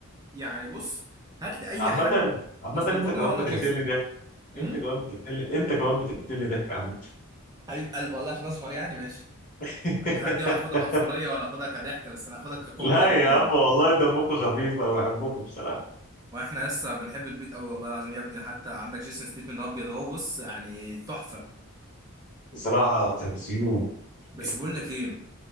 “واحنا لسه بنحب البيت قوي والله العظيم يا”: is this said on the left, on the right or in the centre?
Right